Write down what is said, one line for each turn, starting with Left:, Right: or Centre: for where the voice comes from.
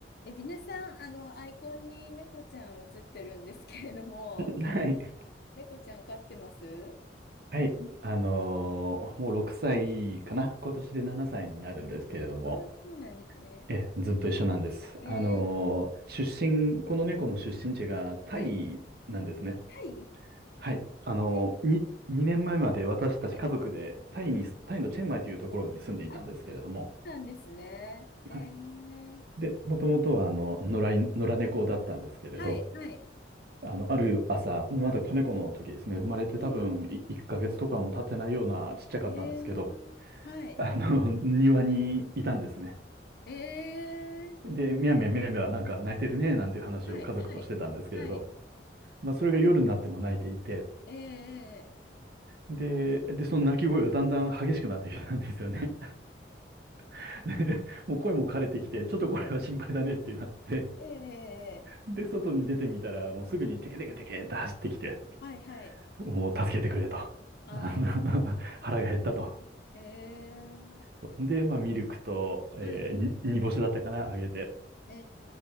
Left: えビネさん、あの、アイコンに猫ちゃん写ってるんですけれども、
Right: はい。
Left: 猫ちゃん飼ってます
Right: はい。あのーもう6歳かな。今年で7歳になるんですけれども、
Left: ああ、そうなんですね。
Right: え、ずっと一緒なんです。
Left: えー、
Right: あのー出身、この猫の出身地がタイなんですね。
Left: はい、はい、
Right: はい。あのー、
Left: えー、
Right: に、2年前まえまで私たち家族でタイに、
Left: ね、
Right: タイのチェンマイというところに住んでいたんですけれども、
Left: あったんですね。えー、
Right: はい。で、もともとはあの、野良い、野良猫だったんですけれど、
Left: はい、はい、
Right: あの、ある朝、まだ子猫の時ですね、生まれて多分1ヶ月とかも経ってないようなちっちゃかったんですけど、
Left: えー、えー、はい、
Right: あの、庭にいたんですね。
Left: えー、
Right: で、みやみやみやみやなんか泣いてるね、なんていう話を家族としてたんですけれど、
Left: はい、はい、はい、
Right: まあ、それが夜になっても泣いていて、
Left: えー、
Right: で、で、その泣き声がだんだん激しくなってきたんですよね。<laughs> で、もう声も枯れてきて、ちょっとこれは心配だねってなって、
Left: えー、えー、えー、えー
Right: で、外に出てみたら、もうすぐにテケテケテケって走ってきて、
Left: はい、はい、
Right: もう助けてくれと。
Left: あ
Right: あの <laughs> 腹が減ったと。
Left: ー、えー、えー
Right: そうで、まあ、ミルクと、えーに煮干しだったかな、
Left: はい、は
Right: あげて。
Left: い、え